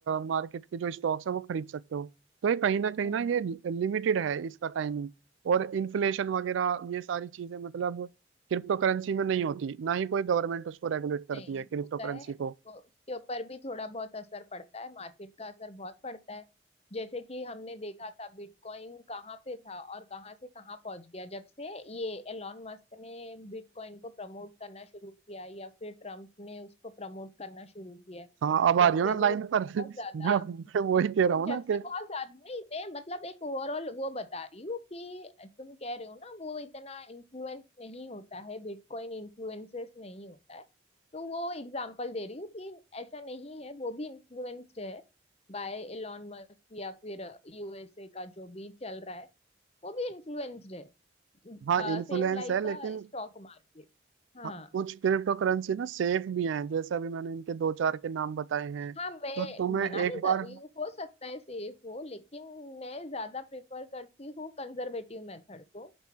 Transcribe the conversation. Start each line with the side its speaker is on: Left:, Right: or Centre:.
Right: मार्केट के जो स्टॉक्स है वो खरीद सकते हो तो ये कहीं ना कहीं
Left: हम्म
Right: ना ये लिमिटेड है इसका टाइमिंग और इन्फ्लेशन वगैरह ये सारी चीजें मतलब क्रिप्टो करेंसी में नहीं होती ना ही कोई गवर्नमेंट उसको रेगुलेट करती
Left: नहीं
Right: है क्रिप्टो
Left: होता
Right: करेंसी
Left: है
Right: को
Left: उसको उसके ऊपर भी थोड़ा बहुत असर पड़ता है मार्केट का असर बहुत पड़ता है जैसे कि हमने देखा था बिटकॉइन कहाँ पे था और कहाँ से कहाँ पहुंच गया जब से ये एलॉन मस्क ने बिटकॉइन को प्रमोट करना शुरू किया या फिर ट्रम्प ने उसको प्रमोट करना शुरू किया है।
Right: हाँ अब
Left: जब
Right: आ रही हो
Left: से
Right: ना
Left: वो
Right: लाइन पर <laughs>
Left: बहुत ज्यादा
Right: मैं मैं वही कह
Left: वो
Right: रहा हूँ
Left: जब
Right: ना
Left: से
Right: कि
Left: बहुत ज्यादा नहीं मैं मतलब एक ओवरऑल वो बता रही हूँ कि तुम कह रहे हो ना वो इतना इन्फ्लुएंस नहीं होता है बिटकॉइन इन्फ्लुएंसेस नहीं होता है तो वो एग्जांपल दे रही हूँ कि ऐसा नहीं है वो भी इन्फ्लुएंस्ड है बाय एलॉन मस्क या फिर यूएसए का जो भी चल रहा है वो भी इन्फ्लुएंस्ड है
Right: हाँ इन्फ्लुएंस
Left: सेम लाइक
Right: है लेकिन
Left: का स्टॉक मार्केट हाँ
Right: हाँ, कुछ क्रिप्टो करेंसी ना सेफ भी हैं जैसे अभी मैंने इनके दो चार के नाम बताए हैं
Left: हाँ मैं
Right: तो तुम्हें
Left: मना
Right: एक
Left: नहीं
Right: बार
Left: कर रही हूँ हो सकता है सेफ हो लेकिन मैं ज्यादा प्रिफर करती हूँ कंजर्वेटिव मेथड को